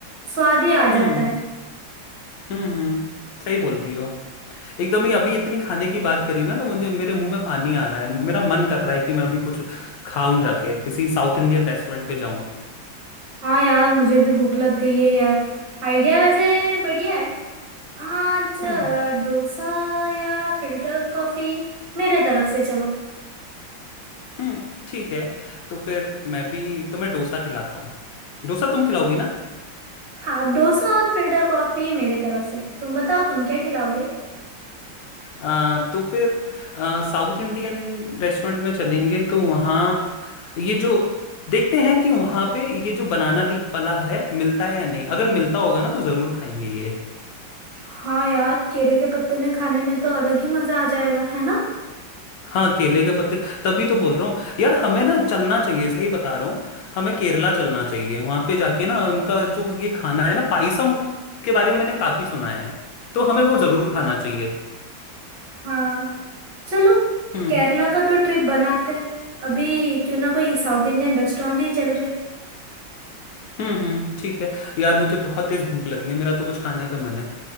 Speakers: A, on the right; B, on the left.
A: स्वाद ही आ
B: हम्म
A: जाता है
B: हम्म हम्म सही बोल रही हो एकदम ही अभी इतनी खाने की बात करी ना तो मुझे मेरे मुंह में पानी आ रहा है मेरा मन कर रहा है कि मैं अभी कुछ खाऊं जाके किसी साउथ इंडियन रेस्टोरेंट पे जाऊं
A: हाँ यार मुझे भी भूख लग गई है यार आइडिया वैसे बढ़िया है आज अ,
B: हम्म
A: डोसा या फिल्टर कॉफी मेरे तरफ से चलो
B: नहीं ठीक है तो फिर मैं भी तुम्हें डोसा खिलाता हूँ डोसा तुम खिलाओगी ना
A: हाँ डोसा और फिल्टर कॉफी मेरे तरफ से तुम बताओ तुम क्या खिलाओगे
B: आ, तो फिर आ, साउथ इंडियन रेस्टोरेंट में चलेंगे तो वहाँ ये जो देखते हैं कि वहाँ पे ये जो बनाना लीफ वाला है मिलता है या नहीं अगर मिलता होगा ना तो ज़रूर खाएंगे ये
A: हाँ यार केले के पत्ते में खाने में तो अलग ही मजा आ जाएगा है ना
B: हाँ केले के पत्ते तभी तो बोल रहा हूँ यार हमें ना चलना चाहिए सही बता रहा हूँ हमें केरला चलना चाहिए वहाँ पे जाके ना उनका जो ये खाना है ना पाइसम के बारे में मैंने काफ़ी सुना है तो हमें वो ज़रूर खाना चाहिए
A: हाँ चलो
B: हम्म।
A: केरला का तो ट्रिप बनाते हैं अभी क्यों ना कोई साउथ इंडियन रेस्टोरेंट ही चल रहे
B: हम्म हम्म ठीक है यार मुझे बहुत तेज भूख लगी है मेरा तो कुछ खाने का मन है